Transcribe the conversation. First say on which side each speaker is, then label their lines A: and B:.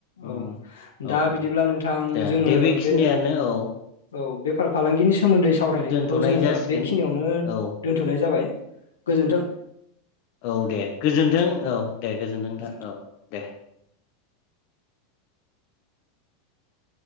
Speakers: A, on the left (about 55°); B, on the left (about 85°).
A: उम
B: औ
A: औ
B: दा
A: औ
B: बिदिब्ला नोंथां
A: दे
B: जोङो
A: दे बेखिनियानो
B: बे
A: औ
B: ओ औ बेफार फालांगिनि सो सोमोन्दै सावरायनायखौ
A: दोनथ'नाय
B: जोङो
A: जासिगोन
B: बेखिनियावनो
A: दे औ
B: दोनथनाय जाबाय गोजोन्थों
A: औ दे गोजोन्थों औ दे गोजोनथों नोंथां
B: गोजोन्थों
A: औ दे <inaudible>